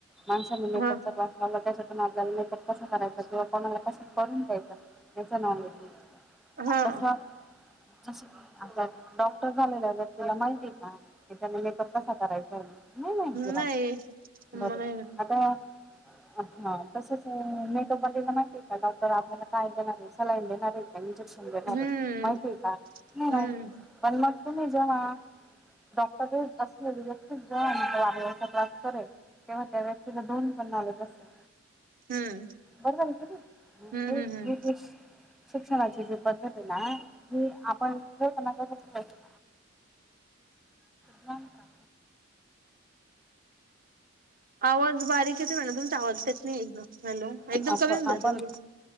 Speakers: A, in the centre; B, on the right (about 45°).
A: माणसान मेकअप
B: ह
A: क्लास लावला त्याच्या कोल्याला मेकअप कसा करायचा किंवा कोणाला कसं करून द्यायच याच नॉलेज नाही.
B: हा
A: तस जस की आता डॉक्टर झालेला व्यक्तीला माहिती आहे का त्यांना मेकअप कसा करायचा आहे. नाही माहिती.
B: नाही
A: बरोबर
B: मला
A: आता- - हा तसच मेकअप वाल्यांना माहिती आहे का डॉक्टर तर आपल्याला काय देणार आहे सलाईन देणार आहे का इंजेक्शन देणार
B: हम्म
A: आहे माहिती आहे का नाही माहिती.
B: हम्म
A: पण मग तुम्ही जेव्हा डॉक्टर असलेले व्यक्तीच <unintelligible> जॉब करयचं तेव्हा त्या व्यक्तीला दोन पण नॉलेज असेल
B: हम्म
A: बरंबरं हे
B: हम्म हम्म
A: कि
B: हम्म
A: नी <unintelligible> शिक्षणाची जी पद्धती ना ही आपण <unintelligible> क ज्ञान प्राप्त
B: आवाज बारीक येतोय मॅडम. तुमचा आवाज येत नाही एकदम हॅलो.
A: आप
B: एकदम कमी होऊन
A: आपण
B: जाते मधेच.